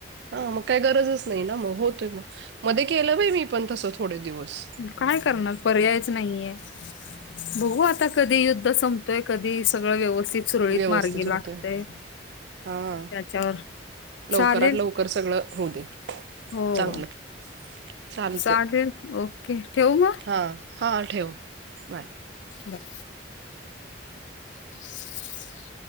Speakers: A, on the right; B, on the left.
A: हा मग काही गरजच नाही ना मग, होतोय मग मध्ये केलं बाई मी पण तसं थोडे दिवस.
B: काय करणार पर्यायच नाहीये. बघू आता कधी युद्ध संपतंय, कधी सगळं व्यवस्थित सुरळीत
A: व्यवस्थित
B: मार्गी
A: होतय
B: लागतंय,
A: हा
B: त्याच्यावर
A: लवकरात
B: चालेल
A: लवकर सगळं होऊ दे,
B: हो
A: चांगलं. चालते
B: चालेल, ओक, ठेऊ मग?
A: हां हां ठेव बाय
B: बाय. <inaudible>